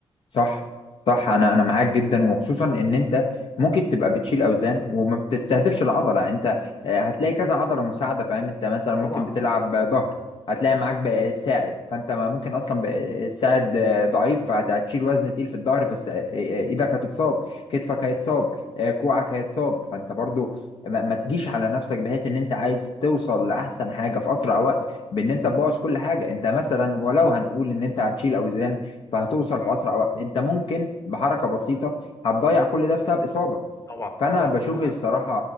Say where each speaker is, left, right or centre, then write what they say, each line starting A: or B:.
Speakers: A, on the left; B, on the left.
A: صح صح انا انا معاك جدا وخصوصا ان انت ممكن تبقى بتشيل اوزان وما بتستهدفش العضله انت آه، هتلاقي كذا عضله مساعده فاهم انت مثلا ممكن
B: طبعا
A: بتلعب ظهر هتلاقي معاك بقى ساعد فانت ما ممكن اصلا بقى الساعد آه، ضعيف فهتشيل وزن تقيل في الظهر فس آه، آه، ايدك هتتصاب كتفك هيتصاب
B: طبعا
A: آه، كوعك هيتصاب فانت برضو ما ما تجيش على نفسك بحيث ان انت عايز توصل لاحسن حاجه في اسرع وقت بان انت تبوظ كل حاجه انت مثلا ولو هنقول ان انت هتشيل اوزان فهتوصل بأسرع
B: مم.
A: وقت انت ممكن بحركة بسيطة هتضيع كل ده بسبب إصابة
B: طبعا
A: فأنا
B: طبعا
A: بشوف
B: طبعا
A: الصراحة